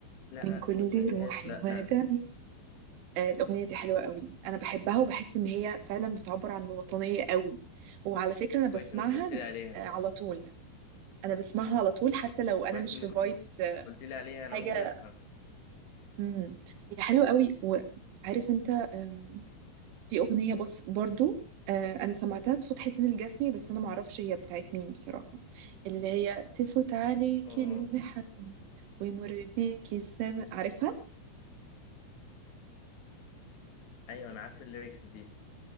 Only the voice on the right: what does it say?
من كل
روحي
ودمي آه، الأغنية دي حلوة قوي أنا بحبها وبحس إن هي فعلا بتعبر عن الوطنية قوي وعلى فكرة أنا بسمعها
آه، على طول أنا بسمعها على طول
حتى لو أنا
مش
في فايبس
حاجة
مم. هي حلوة قوي وعارف أنت آم، في أغنية بس برضو آه، أنا سمعتها بصوت حسين الجسمي بس أنا معرفش هي بتاعت مين بصراحة اللي هي تفوت عليك
المحن ويمر بيك السماء عارفها